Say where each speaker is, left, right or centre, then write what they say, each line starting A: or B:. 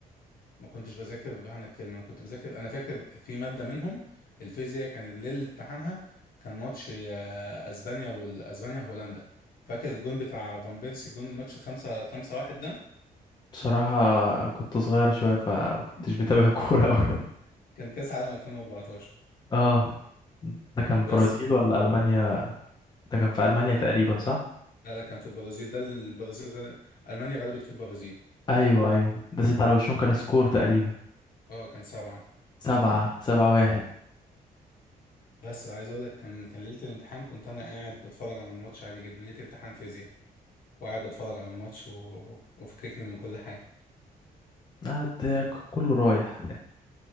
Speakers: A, on the left (about 70°); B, on the left (about 25°).
A: ما كنتش بذاكر بمعنى الكلمه انا كنت بذاكر انا فاكر في ماده منهم الفيزياء كان ليله امتحانها كان ماتش آه، اسبانيا والاسبانيا وهولندا فاكر الجون بتاع فان بيرسي الجون الماتش الخمسة خمسة واحد ده
B: بصراحة كنت صغير شوية فكنتش
A: <laughs>
B: بتابع <laughs> كورة أوي
A: كان كاس عالم 2014
B: اه ده كان
A: بس
B: برازيل
A: كان
B: ولا ألمانيا ده كان في ألمانيا
A: كان-
B: تقريبا صح؟
A: لا لا كان في البرازيل ده البرازيل غل... المانيا غلبت في البرازيل
B: أيوه أيوه ده ست على وشهم كان سكور تقريبا
A: اه كان سبعه
B: سبعة سبعة واحد
A: بس عايز اقول لك كان كان ليله الامتحان كنت انا قاعد بتفرج على الماتش عادي جدا ليله امتحان فيزياء وقاعد بتفرج على الماتش و... وفككني من كل حاجه
B: آه، ده ك- كله رايح